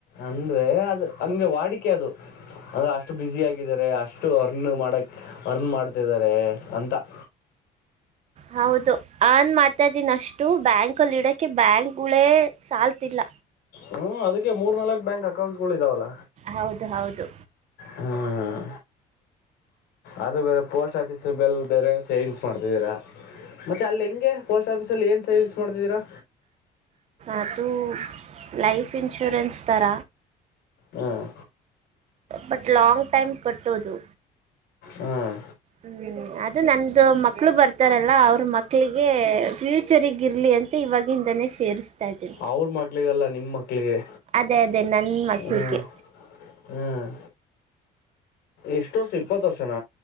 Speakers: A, on the left; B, on the right.
A: ಅಂದ್ರೆ ಅದು ವಾಡಿಕೆ ಅದು ಅಂದ್ರೆ ಅಷ್ಟು ಬ್ಯುಸ ಆಗಿದ್ದಾರೆ ಅಷ್ಟು ಅರ್ನ್ ಮಾಡಕ್ ಅರ್ನ್ ಮಾಡ್ತಿದ್ದಾರೆ ಅಂತ <inaudible>
B: ಹೌದು ಆನ್ ಮಾಡ್ತಾ ಇದ್ದೀನಿ ಅಷ್ಟು ಬ್ಯಾಂಕಲ್ಲಿ ಇಡಕ್ಕೆೆ ಬ್ಯಾಂಕ್ಗಳೇ ಸಾಲ್ತಿಲ್ಲ
A: ಹ್ಮ ಅದಕ್ಕೆ ಮೂರ್ ನಾಲ್ಕು ಬ್ಯಾಂಕ್ ಅಕೌಂಟ್ ಗಳು ಇದಾವಲ್ಲ
B: ಹೌದು ಹೌದು
A: ಹ್ಮ್ ಅದು ಬೇರೆ ಪೋಸ್ಟ್ ಆಫೀಸ್ ಬೆಲ್ ಬೇರೆ ಸೇವಿಂಗ್ಸ್ ಮಾಡ್ತಿದ್ದೀರಾ ಮತ್ತೆ ಅಲ್ಲಿ ಹೆಂಗೆ ಪೋಸ್ಟ್ ಆಫೀಸ ಅಲ್ಲಿ ಏನ್ ಸೇವಿಂಗ್ಸ್ ಮಾಡ್ತಿದ್ದೀರಾ
B: ಅದು ಲೈಫ್ ಇನ್ಶೂರೆನ್ಸ್ ಥರ
A: ಹ್ಮ್
B: ಬಟ್ ಲಾಂಗ್ ಟೈಮ್ ಕಟ್ಟೋದು
A: ಹ್ಮ್
B: ಹ್ಮ್ ಅದು ನಂದು ಮಕ್ಳು ಬರ್ತಾರಲ್ಲ ಅವ್ರ ಮಕ್ಳಿಗೆ ಫ್ಯೂಚರ್ಗ್ ಇರ್ಲಿ ಅಂತ ಇವಾಗಿಂದಾನೇ ಸೇರಿಸ್ ಇದ್ದೀನಿ
A: ಅವ್ರ ಮಕ್ಳಿಗಲ್ಲ ನಿಮ್ಮ ಮಕ್ಳಿಗೆ
B: ಅದೇ ಅದೇ ನನ್
A: ಹ್ಮ್
B: ಮಕ್ಳಿಗೆ
A: ಹ್ಮ್ ಎಷ್ಟ್ ವರ್ಷ ಎಪ್ಪಾತು ವರ್ಷನ